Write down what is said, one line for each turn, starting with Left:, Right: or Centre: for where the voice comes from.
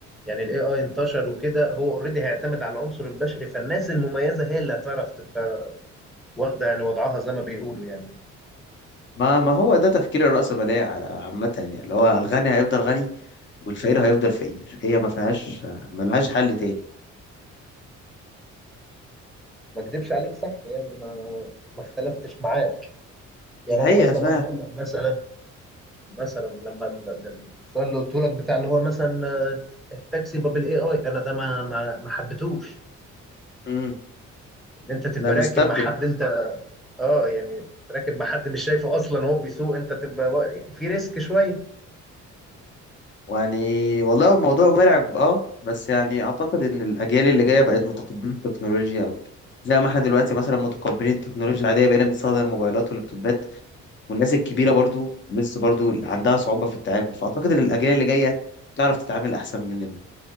Centre: يعني الاي اي انتشر وكده هو اوريدي هيعتمد على العنصر البشري فالناس المميزة هي اللي هتعرف تبقى واخدة يعني وضعها زي ما بيقولوا يعني
Left: ما ما هو ده تفكير الرأسمالية على- عامة يعني اللي هو الغني هيفضل غني والفقير هيفضل فقير هي ما فيهاش ما لهاش حل تاني
Centre: ما اكدبش عليك صح يعني ما ما اختلفتش معاك يعني
Left: دي حقيقة
Centre: انا اصلا
Left: فعلا
Centre: عايز اقول لك مثلا مثلا لما ال- ال- السؤال اللي قلته لك بتاع اللي هو مثلا آه، التاكسي باب الاي اي انا ده ما ما ما حبيتهوش
Left: امم
Centre: ان انت تبقى
Left: لا نستبدل
Centre: راكب مع حد انت اه يعني راكب مع حد مش شايفه اصلا وهو بيسوق انت تبقى وا- يعني في ريسك شويه
Left: يعني والله الموضوع مرعب اه بس يعني اعتقد ان الاجيال اللي جايه بقت متقبله التكنولوجيا اكتر زي ما احنا دلوقتي مثلا متقبلين التكنولوجيا العاديه بقينا بنستخدم الموبايلات واللابتوبات والناس الكبيرة برضو لسه برضو عندها صعوبة في التعامل فأعتقد إن الأجيال اللي جاية تعرف تتعامل أحسن مننا